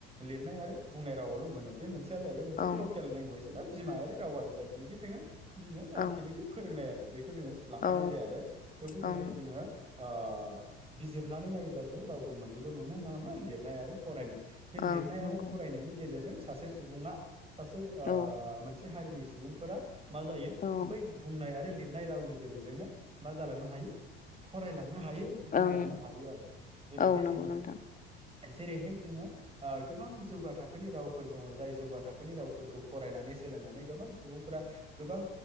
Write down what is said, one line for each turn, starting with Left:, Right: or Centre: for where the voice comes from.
Right: लिरनाय आरो बुंनाय रावावल' मोनो बे मोनसेया जाहैबाय मोनसे
Left: ओं
Right: लकेल लेंगुवेज एबा बिमायारि राव आरो जायखौनोखि जोङो बिमाया जायखिनिखि
Left: औ
Right: फोरोंनाय आरो बेखौ जोङो लाफानाय
Left: औ
Right: जाया आरो थेवबो जोङो
Left: ओं
Right: जोङो ओ बिजिरनानै नायोब्ला जों रावखौ मोननैल' मोनो मा मा लिरनाय आरो फरायनाय बे लिरनाय
Left: ओं
Right: आरो
Left: नंगौ
Right: फरायनायनि गेजेरजों सासे सुबुङा सासे
Left: औ
Right: मोनसे हारिनि सुबुंफोरा मा जायो
Left: ओं
Right: बै बुंनाय आरो लिर हाबनाय रावनि गेजेरजोंनो मा जालांनो हायो फरायलांनो हायो बुंलांनो
Left: ओं
Right: हायो आरो जेरैहाय
Left: औ नंगौ
Right: जोङो
Left: नोंथां
Right: जेरैहाय जोङो गोबां जौगा थाखोनि रावफोर दङ जाय जौगा थाखोनि रावफोरखौ फरायनानै सोलोंनानै गोबां सुबुंफोरा गोबां